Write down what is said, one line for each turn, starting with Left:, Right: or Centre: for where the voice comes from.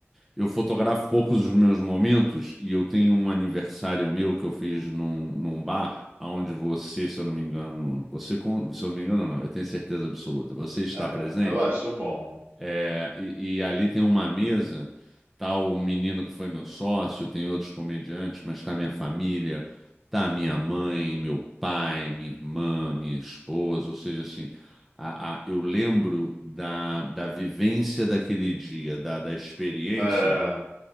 Centre: Eu fotografo poucos dos meus momentos e eu tenho um aniversário meu que eu fiz num, num bar, onde você, se eu não me engano, você, con- se eu não me engano, não, eu tenho certeza absoluta, você está
Right: é,
Centre: presente.
Right: eu acho bom.
Centre: É, e, e ali tem uma mesa, tá o menino que foi meu sócio, tem outros comediantes, mas tá minha família, tá minha mãe, meu pai, minha irmã, minha esposa, ou seja, assim, a, a- eu lembro da, da vivência daquele dia, da, da experiência,
Right: É,